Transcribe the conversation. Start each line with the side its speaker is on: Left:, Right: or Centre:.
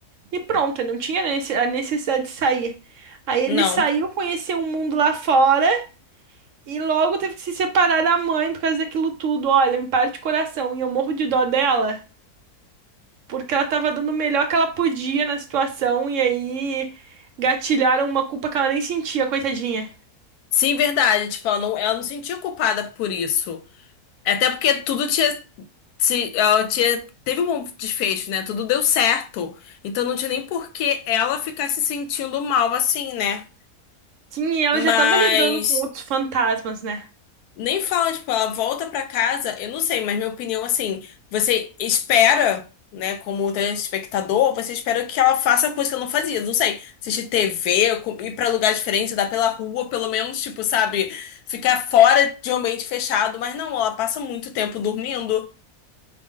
Right: e pronto. Ele não tinha nesse- a necessidade de sair. Aí ele
Left: Não.
Right: saiu, conheceu um mundo lá fora. E logo teve que se separar da mãe por causa daquilo tudo. Olha, me parte o coração. E eu morro de dó dela, porque ela tava dando o melhor que ela podia na situação. E aí gatilharam uma culpa que ela nem sentia, coitadinha.
Left: Sim, verdade. Tipo, ela não, ela não se sentia culpada por isso. Até porque tudo tinha, se, ela tinha, teve um bom desfecho, né? Tudo deu certo. Então não tinha nem por que ela ficar se sentindo mal assim, né?
Right: Sim, e ela
Left: Mas
Right: já tava lidando com outros fantasmas, né?
Left: Nem fala, tipo, ela volta pra casa, eu não sei, mas minha opinião, assim, você espera, né, como telespectador, você espera que ela faça coisa que ela não fazia, não sei, assistir TV, co- ir pra lugar diferente, andar pela rua, pelo menos, tipo, sabe, ficar fora de um ambiente fechado, mas não, ela passa muito tempo dormindo.